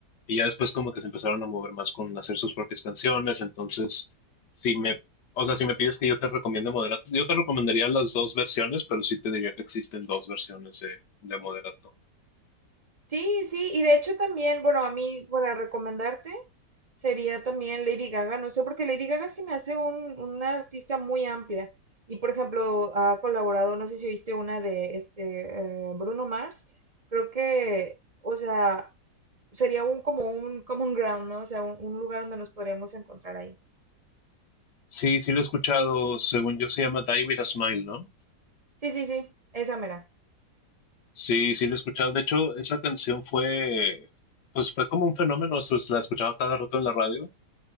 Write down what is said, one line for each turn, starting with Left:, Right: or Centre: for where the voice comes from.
Left: Y ya después como que se empezaron a mover más con hacer sus propias canciones. Entonces, si me, o sea, si me pides que yo te recomiende Moderato, yo te recomendaría las dos versiones, pero sí te diría que existen dos versiones de, de Moderato.
Right: Sí, sí, y de hecho también, bueno, a mí para recomendarte sería también Lady Gaga, no sé, porque Lady Gaga sí me hace un, una artista muy amplia. Y por ejemplo, ha colaborado, no sé si viste una de este eh, Bruno Mars, creo que, o sea, sería un como un common ground, ¿no? O sea, un, un lugar donde nos podríamos encontrar ahí.
Left: Sí, sí lo he escuchado, según yo se llama Die With A Smile, ¿no?
Right: Sí, sí, sí, esa mera.
Left: Sí, sí lo he escuchado. De hecho, esa canción fue, pues fue como un fenómeno, o sea, la escuchaba cada rato en la radio